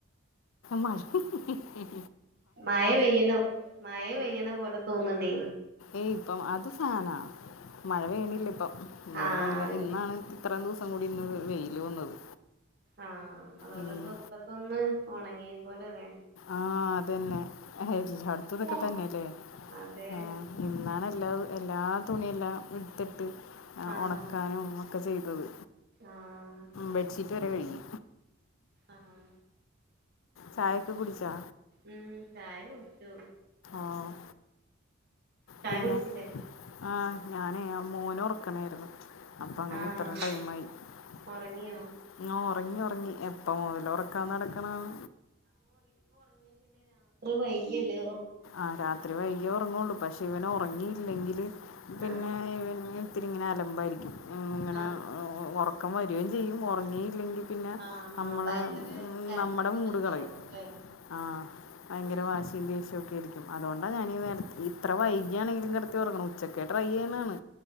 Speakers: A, on the left; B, on the right.
A: മ ഹി ഹി
B: മഴ പെയ്യുന്നു മഴ പെയ്യുന്ന പോലെ തോന്ന്ണ്ടേ
A: ഏയ് ഇപ്പം അത് ഫാനാണ് മഴ പേയണില്ല ഇപ്പം ഇവിടെ
B: ആഹ്
A: നല്ല ഇന്നാണ്
B: ശരി
A: ഇത്രയും ദിവസം കൂടി ഇന്ന് വെയില് വന്നത്
B: ആഹ് അതോണ്ട്
A: ഉം.
B: ഡ്രസ്സൊക്കെ ഒന്ന് ഉണങ്ങിയേ പോലലെ
A: ആഹ് അതന്നെ എല്ലാട്ത്തും ഇതക്കെതന്നെല്ലേ
B: ഉം അതെ
A: ആഹ് ഇന്നാണ് എല്ലാ എല്ലാ തുണിയെല്ലാം ഇടുത്തിട്ട്
B: ആഹ്
A: ഉണക്കാനും ഒക്കെ ചെയ്തത്
B: ആഹ്
A: ബെഡ്ഷീറ്റ് വരെ കഴുകി
B: ആഹ്
A: ചായക്കെ കുടിച്ചാ
B: ഉം ചായ കുടിച്ചു.
A: ആഹ്
B: ചായ
A: പിന്നെ
B: കുടിച്ചില്ലേ
A: ആഹ് ഞാനെ ആ മോനെ ഉറക്കണയാര്ന്ന് അപ്പൊ അങ്ങനെ
B: ആഹ്
A: ഇത്രയും ടൈം ആയിഓ
B: ഒറങ്ങിയോ
A: ഉറങ്ങി ഉറങ്ങി എപ്പം മുതൽ ഉറക്കാന്ന് നടക്കണാണ്
B: വൈകിയല്ലോ
A: ആ രാത്രി വൈകി ഉറങ്ങുള്ളൂ പഷെ ഇവന് ഉറങ്ങിയില്ലെങ്കില് പിന്നെ
B: ആഹ്
A: ഇവന് ഇത്തിരി ഇങ്ങനെ അലമ്പായിരിക്കും ഇങ്ങനെ
B: ആഹ്
A: ഒറ റക്കം വരുകയും ചെയ്യും ഉറങ്ങിയില്ലെങ്കിൽ പിന്നെ
B: ആഹ്
A: നമ്മളെ
B: ഭയങ്കര കരച്ചില്
A: നമ്മുടെ മൂട
B: ഇതൊക്കെ
A: കളയും
B: ആവുല്ലേ
A: ആ ഭയങ്കര
B: ആഹ്
A: വാശി ഷം ഒക്കെ ആരിക്കും അതുകൊണ്ടാണ് ഞാൻീ നേരത്തെ ഇത്ര വൈകിയാണെങ്കിലും കിടത്തി തുറക്കണം ഉച്ചക്ക ട്രൈ ചെയ്യുന്നതാണ്